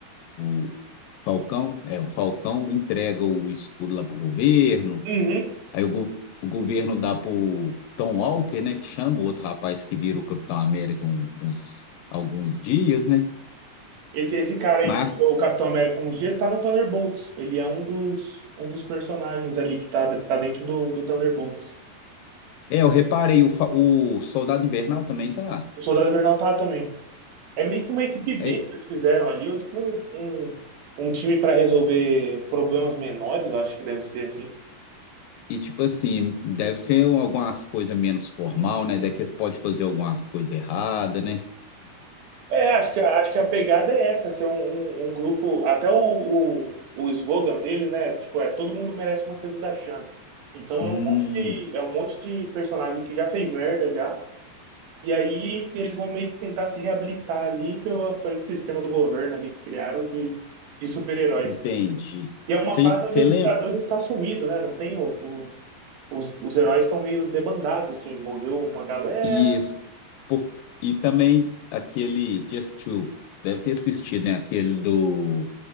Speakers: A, on the left; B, on the right.
A: o Falcão, é, o Falcão entrega o escudo lá pro governo,
B: Uhum.
A: aí o, go- o governo dá pro Tom Walker, né? Que chama o outro rapaz que vira o Capitão América um- uns, alguns dias, né?
B: Esse, esse cara aí,
A: Mas,
B: que virou o Capitão América uns dias, tá no Thunderbolts. Ele é um dos, um dos personagens ali que tá, tá dentro do, do Thunderbolts.
A: é, eu reparei, o, fa- o Soldado Invernal também tá.
B: O Soldado Invernal tá também. É meio que uma equipe B
A: É,
B: que eles fizeram ali, ou tipo um, um, um time pra resolver problemas menores, eu acho que deve ser assim.
A: e tipo assim, deve ser algumas coisas menos formal, né? Daqui eles podem fazer algumas coisas erradas, né?
B: É, acho que, acho que a pegada é essa, ser um, um, um grupo. Até o, o, o slogan dele, né? Tipo, é todo mundo merece uma segunda chance. Então
A: Hum.
B: é um monte de, é um monte de personagem que já fez merda já E aí eles vão meio que tentar se reabilitar ali pelo, por esse sistema do governo ali que criaram de, de super-heróis.
A: Entendi.
B: E é uma
A: Você
B: fase onde os
A: lembra?
B: Vingadores estão tá sumidos, né? Não tem o, o- os, os heróis estão meio debandados, assim, morreu uma galera.
A: Isso. Por- e também aquele. Você assistiu? Deve ter assistido, né? Aquele do